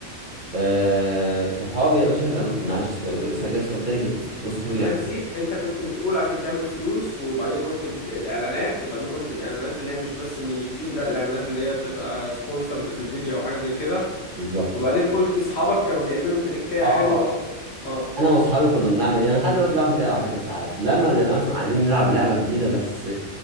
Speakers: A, on the right; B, on the left.
A: آه صحابي يا باشا كانوا معلش سؤال كده سؤال تاني كنت بتقول صحابي
B: انت
A: بيعملوا
B: نسيت انت كنت بتقول عشان تعمل فلوس وبعدين قلت الد- الاعلانات وبعدين قلت الاعلانات اللي هي مش بس من اليوتيوب لا الاعلانات اللي هي بتبقى سبونسرد في الفيديو او حاجة زي كده
A: بالظبط
B: وبعدين قلت اصحابك كانوا بيعملوا تريكاية
A: اه
B: حلوة اعتقد اه
A: انا واصحابي كنا بنعمل ايه انا لحد دلوقتي بعمل كده على فكره ساعات لما بنبقى مثلا عايزين نلعب لعبه جديده بس